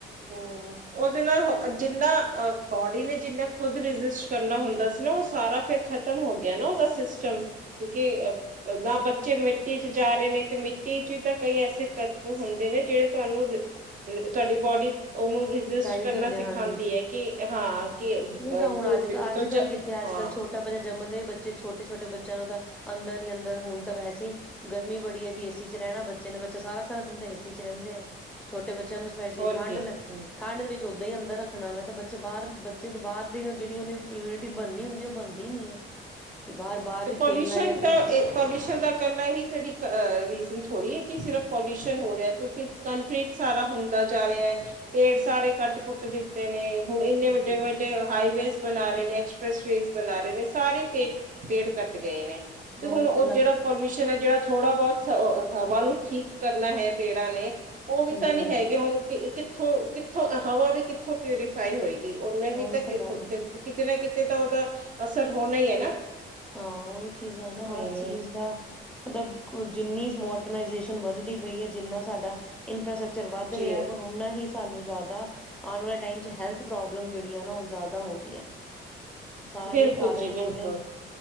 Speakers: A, on the right; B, in the centre.
A: ਹੂੰ, ਉਹਦੇ ਨਾਲ ਜਿੰਨਾ ਅ ਬੋਡੀ ਨੇ ਜਿੰਨਾ ਖੁਦ ਰਜਿਸਟ ਕਰਨਾ ਹੁੰਦਾ ਸੀ ਨਾ, ਉਹ ਸਾਰਾ ਫਿਰ ਖ਼ਤਮ ਹੋ ਗਿਆ ਨਾ ਉਹਦਾ ਸਿਸਟਮ, ਕਿਉਂਕਿ ਨਾ ਬੱਚੇ ਮਿੱਟੀ'ਚ ਜਾ ਰਹੇ ਨੇ, ਤੇ ਮਿੱਟੀ'ਚ ਤਾਂ ਕਈ ਐਸੇ ਤੱਤਵ ਹੁੰਦੇ ਨੇ, ਜਿਹੜੇ ਤੁਹਾਨੂੰ ਤੁਹਾਡੀ ਬੋਡੀ ਉਹਨੂੰ ਰਜਿਸਟ
B: ਚਾਹੀਦੇ
A: ਕਰਨਾ
B: ਹੁੰਦੇ
A: ਸਿਖਾਂਦੀ
B: ਹਾਂਜੀ
A: ਹੈ, ਕਿ ਹਾਂ, ਕਿ
B: ਨਹੀਂ
A: ਅ,
B: ਤਾਂ, ਹੁਣ
A: ਤੂੰ
B: ਅੱਜ
A: ਮਿੱਟੀ
B: ਅੱਜ-ਕੱਲ
A: ਤੋਂ ਜ
B: ਕਿੱਥੇ
A: ਹਾਂ
B: ਅੱਜ ਕੱਲ੍ਹ ਛੋਟਾ ਬੱਚਾ ਜਮਦੇ ਹੀ, ਬੱਚੇ ਛੋਟੇ-ਛੋਟੇ, ਬੱਚੇ ਚਲੋ, ਓਦਾ ਬੱਚਿਆਂ ਨੂੰ ਤਾਂ ਅੰਦਰ ਹੀ ਅੰਦਰ ਹੁਣ ਤਾਂ, ਵੈਸੇ ਹੀ ਗਰਮੀ ਬੜੀ ਹੈਜੀ। ਏਸੀ'ਚ ਰਹਿਣਾ ਬੱਚੇ ਨੇ, ਬੱਚਾ ਸਾਰਾ- ਸਾਰਾ ਦਿਨ ਤਾਂ ਏਸੀ'ਚ ਰਹਿੰਦੇ ਆ ਛੋਟੇ ਬੱਚੇ ਬੱਚਿਆਂ ਨੂੰ ਸਪੈਸ਼ਲੀ!
A: ਹੋਰ
B: ਠੰਡ-
A: ਕੀ
B: ਠੰਡ ਵਿੱਚ ਓਦਾਂ ਹੀ ਅੰਦਰ ਰੱਖਣਾ ਵ ਤਾਂ, ਬੱਚੇ ਬਾਹਰ ਬੱਚ ਬੱਚੇ ਦੇ ਬਾਹਰ ਦੀ ਉਹ ਜਿਹੀ, ਉਹ ਇਮਿਊਨਿਟੀ ਬਣਨੀ ਹੁੰਦੀ, ਉਹ ਬਣਦੀ ਨ ਨਹੀਂ ਹੈ। ਕਿ ਬਾਹਰ ਬਾਹਰ
A: ਤੇ
B: ਵੀ
A: ਪੋਲਿਊਸ਼ਨ
B: ਖੇਲਣਾ ਜਾਂ
A: ਦਾ
B: ਕੁਛ
A: ਪੋਲਿਊਸ਼ਨ ਦਾ ਕਰਨਾ ਹੀ, ਤੇਰੀ ਰੀਜ਼ਨ ਥੋੜ੍ਹੀ ਹੈ। ਕਿ, ਸਿਰਫ ਪੋਲਿਊਸ਼ਨ ਹੋ ਰਿਹਾ, ਤੁਸੀਂ ਕੰਕਰੀਟ ਸਾਰਾ ਹੁੰਦਾ ਜਾ ਰਿਹਾ, ਪੇੜ ਸਾਰੇ ਕੱਟ- ਕੁੱਟ ਦਿੱਤੇ ਨੇ ਹੁਣ, ਇੰਨੇ
B: ਜੀ
A: ਵੱਡੇ -ਵੱਡੇ
B: ਜੀ
A: ਹਾਈਵੇਜ਼ ਬਣਾ ਰਹੇ ਨੇ, ਐਕਸਪ੍ਰੈਸ ਵੇਜ਼ ਬਣਾ ਰਹੇ ਨੇ, ਸਾਰੇ ਪੇਡ ਪੇੜ ਕਟ ਗਏ ਨੇ। ਤੇ, ਹੁਣ
B: ਉਹੀ
A: ਉਹ
B: ਤਾਂ ਲੱਗ
A: ਜਿਹੜਾ ਪਰਮਿਸ਼ਨ ਹੈ ਜਿਹੜਾ ਥੋੜਾ ਬਹੁਤ ਹਵਾ ਨੂੰ ਠੀਕ ਕਰਨਾ ਹੇ, ਪੇੜਾਂ ਨੇ ਉਹ ਵੀ
B: ਜੀ
A: ਤਾਂ,
B: ਹਾਂਜੀ
A: ਨੀ ਹੈਗੇ ਹੁਣ ਕਿ, ਕਿੱਥੋਂ-ਕਿੱਥੋਂ ਹਵਾ ਵੀ ਕਿੱਥੋਂ 'ਪਿਊਰੀਫਾਈ' ਹੋਏਗੀ। ਉਹਨੇ ਵੀ
B: ਉਹੀ
A: ਤਾਂ,
B: ਗੱਲ ਹੈ
A: ਕਿਤੇ ਨਾ ਕਿਤੇ ਤਾਂ, ਉਹਦਾ ਅਸਰ ਹੋਣਾ ਹੀ ਹੈ ਨਾ
B: ਹਾਂ ਉਹੀ ਚੀਜ਼ਾਂ ਨਾ, ਹਰ
A: ਹਮ
B: ਚੀਜ਼ ਦਾ ਮਤਲਬ ਜਿੰਨੀ ''ਮੋਡਰਨਾਈਜੇਸ਼ਨ''ਵੱਧਦੀ ਪਈ ਹੈ, ਜਿੰਨਾ ਸਾਡਾ ਇਨਫਰਾਸਟਕਚ ਰ ਵੱਧ
A: ਜੀ
B: ਰਿਹਾ, ਪਰ ਉਹਨਾ ਹੀ ਸਾਨੂੰ ਜ਼ਿਆਦਾ ਆਉਣ ਵਾਲੇ ਟਾਈਮ'ਚ ਹੈਲਥ ਜਿਹੜੀਆ ਨਾ, ਉਹ ਜ਼ਿਆਦਾ ਹੋ ਰਹੀਆਂ। ਸਾਰੇ
A: ਬਿਲਕੁਲ
B: ਹੀ ਕਾਰਨ
A: ਜੀ
B: ਇਹਨਾਂ
A: ਬਿਲਕੁਲ
B: ਦੇ,